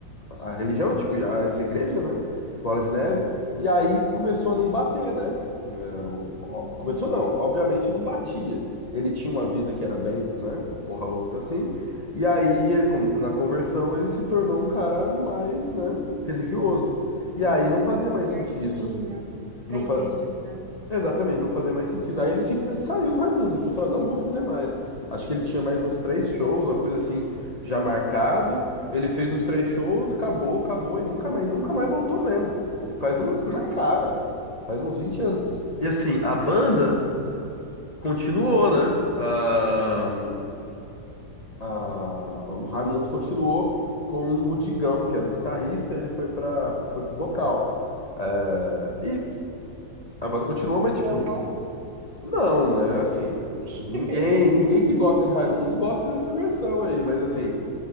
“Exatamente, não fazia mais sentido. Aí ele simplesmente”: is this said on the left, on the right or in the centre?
Left